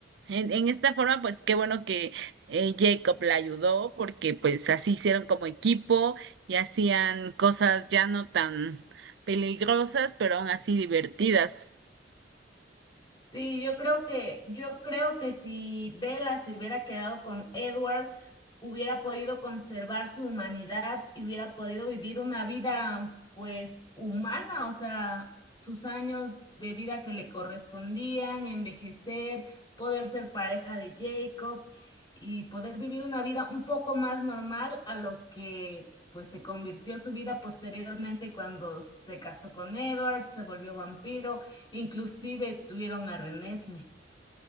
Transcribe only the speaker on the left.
Sí, yo creo que, yo creo que si Bella se hubiera quedado con Edward, hubiera podido conservar su humanidad y hubiera podido vivir una vida, pues, humana, o sea, sus años de vida que le correspondían, envejecer, poder ser pareja de Jacob y poder vivir una vida un poco más normal a lo que, pues, se convirtió su vida posteriormente cuando se casó con Edward, se volvió vampiro Inclusive tuvieron a Renesme.